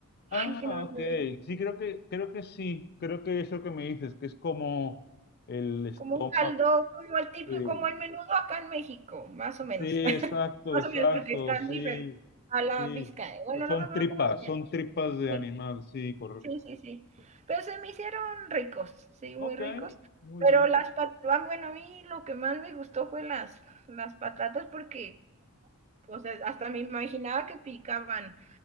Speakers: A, on the left (about 45°); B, on the right (about 30°).
A: Ah,
B: Ay, que no me acuerdo.
A: ok. Sí, creo que, creo que sí. Creo que es lo que me dices, que es como el estado.
B: Como un caldo, como el típico,
A: Sí,
B: como el menudo acá en México, más o menos.
A: sí,
B: <laughs>
A: exacto,
B: más
A: exacto.
B: o menos, porque están
A: Sí,
B: diferentes a la
A: sí.
B: vizca. Bueno,
A: Son
B: no me acuerdo
A: tripas,
B: cómo se llama.
A: son tripas de
B: Sí,
A: animal, sí, correcto.
B: sí, sí, sí. Pero se me hicieron ricos, sí, muy
A: Ok,
B: ricos.
A: muy
B: Pero
A: bien.
B: las patatas, bueno, a mí lo que más me gustó fue las, las patatas porque, o sea, hasta me imaginaba que picaban